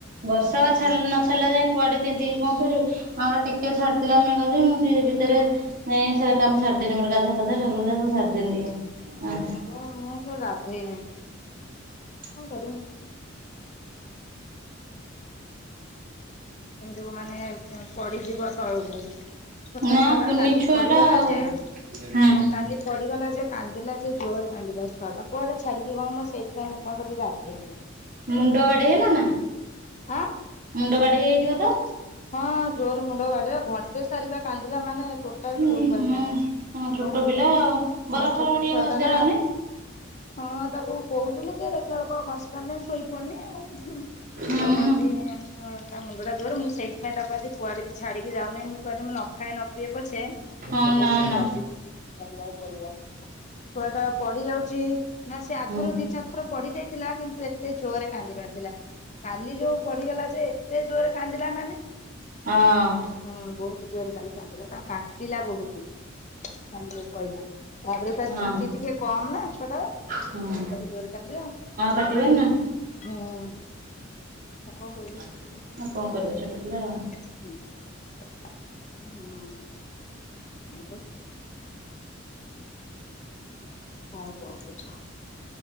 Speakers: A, on the right; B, on the left.
A: ବର୍ଷା
B: ହଁ
A: ବା ଛାଡି ନ ଛାଡିଲା ଯାଇଁ କୁଆଡେ ତିନ୍ତିକି କଣ କରିବୁ? ଆମର ଟିକେ ଛାଡିଥିଲା ମେଘ ଯେ, ମୁଁ ସେଇ ଭିତରେ ନାଇଁ, ସେ କାମ ସରିଦେନି ମୋର ଗାଧା ପାଧା ଠକୁରା ପୂଜା ସବୁ ସରିିଦେଲି ଟିକେ।
B: ମେଘ, ମୁଁ ସେ ଗାଧେଇନି।
A: <inaudible>
B: କଣ କରିବ? ଯୋଉ ମାନେ ପ-ପଡିଯିବ ତଳକୁ। ଛୋଟ
A: ନା
B: ଛୁଆଟା
A: କୁନି
B: କାଲି
A: ଛୁଆ
B: ପଡିଗଲା
A: ଟା ଆଉ
B: ଯେ,
A: ହଁ
B: ପୁଅ କାଲି ପଡିଗଲା ଯେ କାନ୍ଦିଲା ଯେ ଜୋରେ କନ୍ଦିଲା ଛୁଆଟା। କୁଆଡେ ଛାଡିକି କଣ ମୁଁ ସେଥିପାଇଁ ମୁଁ ଏପର୍ଯ୍ୟନ୍ତ ବି ଗାଧେଇନି?
A: ମୁଣ୍ଡ ବାଡେଇ ହେଲା ନା।
B: ଆଁ।
A: ମୁଣ୍ଡ ବାଡେଇ ହେଇଯାଇଥିବ ତ।
B: ହଁ ଜୋରେ ମୁଣ୍ଡ ବାଡେଲା, ଘଣ୍ଟେ ସାରି ବା କାନ୍ଦିଲା ମାନେ ଟୋ ଟୋଟାଲୀ
A: ଉଁ
B: ଚୁପ୍
A: ହୁଁ
B: ହେଲାନି,
A: ହଁ ଛୋଟ
B: କଣ କରିବୁ?
A: ପିଲା ଆଉ ବରଫ
B: ହଁ,
A: ଫରଫ
B: ଛୋଟ
A: ଟିକେ
B: ଛୁଆଟା
A: ଘଷିଦେଲନି।
B: ନା। ହଁ, ତାକୁ କହୁଥିଲି ଯେ ଦେଖିଲା ବେଳକୁ ଆଉ ଘସି ପାରିଲେ ଶୋଇପଡଲି ଆଉ।
A: ହୁଁ
B: ଆଉ କଣ
A: ହୁଁ
B: ତି, ତା ମୁଣ୍ଡଟା ଜୋରେ ମୁଁ ସେଇ ସେଥିପାଇଁ ତାକୁ ଆଜି କୁଆଡେ ବି ଛାଡିକି ଯାଉନି। ମୁଁ କହିଲି, ମୁଁ ନଖାଏ ନ ପିଏ ପଛେ ଏ
A: ହଁ
B: ତାକୁ
A: ନା
B: ହେଲା
A: ନା
B: ଜଗିବୁ ଜଗିବାକୁ ପଡିବ। ଛୁଆଟା ପଡି ଯାଉଛି ନା ସେ ଆଗରୁ
A: ହୁଁ ହଁ।
B: ଦି ଚାରି ଥର ପଡି ଯାଇଥିଲା କିନ୍ତୁ ଏ ଏତେ ଜୋରେ କାନ୍ଦି ନଥିଲା, କାଲି ଯୋଉ ପଡିଗଲା ଯେ ଏତେ ଜୋର୍ ରେ କାନ୍ଦିଲା ମାନେ।
A: ଅଁ -ଅ।
B: ହୁଁ ବହୁତ୍ ଜୋରେ <unintelligible> କାନ୍ଦିଲା ତାଙ୍କୁ କାଟିଲା ବହୁତ୍। ଚାଲିବ ପଇଲା ତାପରେ
A: ହଁ
B: ଚୁଟି ଟିକେ କମ୍ ନା ଛୁଆଟାର।
A: ହୁଁ
B: ଆଉ ତାକୁ ଜୋରେ କାଟିଲା ଆଉ।
A: କାଟିବେନି ନା
B: ହୁଁ କଣ କରିବୁ।
A: ଆଉ କଣ କରିବ ଛୋଟ ପିଲା ଆଉ।
B: ହୁଁ- ହଁ। ଆଉ। ଆଉ କଣ କହୁଛ?